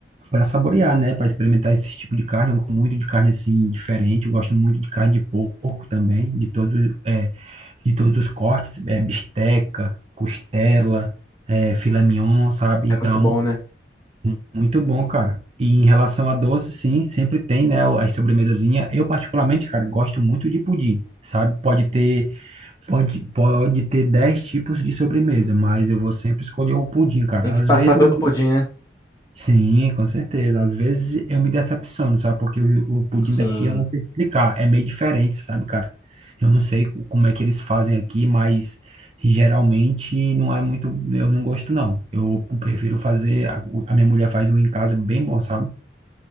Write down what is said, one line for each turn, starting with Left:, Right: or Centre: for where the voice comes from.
Right: para saborear, né? Para experimentar esse tipo de carne. Eu gosto muito de carne assim diferente. Eu gosto muito de carne de porco também, de todos, os- eh, de todos os cortes, eh, bisteca, costela, eh, filé mignon, sabe?
Left: É
Right: Então,
Left: muito bom, né?
Right: mu- muito bom, cara. E em relação a doce, sim, sempre tem, né? As sobremesazinhas. Eu, particularmente, cara, gosto muito de pudim, sabe? Pode ter. Pode, pode ter 10 tipos de sobremesa, mas eu vou sempre escolher o pudim, cara.
Left: Tem que
Right: Às
Left: passar
Right: vezes,
Left: pelo
Right: eu me-
Left: pudim, né?
Right: sim, com certeza. Às vezes eu me decepciono, sabe? Porque o, o pudim
Left: Sim.
Right: daqui eu não sei explicar. É meio diferente, sabe, cara? Eu não sei co- como é que eles fazem aqui, mas geralmente não é muito. Eu não gosto, não. Eu prefiro fazer. A, a minha mulher faz um em casa bem bom, sabe?